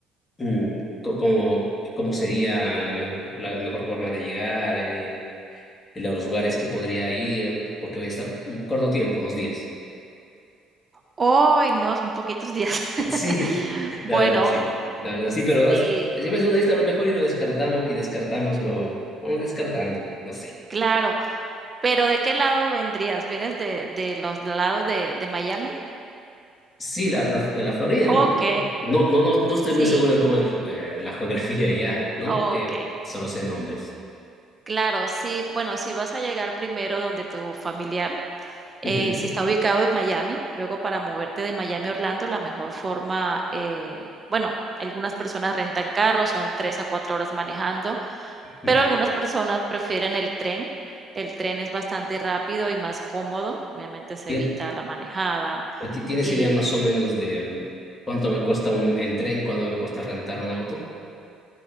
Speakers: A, on the left; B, on the right.
A: mm, co- cómo, cómo sería la mejor, la mejor forma de llegar. eh, en los lugares que podría ir, porque voy a estar un corto tiempo, dos días.
B: Hoy no, son poquitos días.
A: <laughs>
B: <laughs>
A: Sí,
B: Bueno,
A: la verdad sí, la verdad sí,
B: sí,
A: pero es- siempre es una lista a lo mejor y lo descartamos y descartamos lo, vamos descartando, no sé.
B: claro, pero ¿de qué lado vendrías? ¿Vienes de, de los lados de, de Miami?
A: Sí, la, la, la Florida, ¿no?
B: Ok,
A: No, no, no, no estoy
B: sí,
A: muy seguro de cómo es la, fe- eh, de la geografía ya, ¿no?
B: ok,
A: Eh, solo sé nombres.
B: claro, sí, bueno, si vas a llegar primero donde tu familiar, eh,
A: Ujú,
B: si está ubicado en Miami, luego para moverte de Miami a Orlando, la mejor forma, eh, bueno, algunas personas rentan carros, son tres a cuatro horas manejando,
A: ujú.
B: Pero algunas personas prefieren el tren. El tren es bastante rápido y más cómodo, obviamente se
A: Tien-
B: evita la manejada
A: eh, ti- ¿Tienes
B: y,
A: idea más o menos de cuánto me cuesta un en tren, cuánto me cuesta rentar un auto?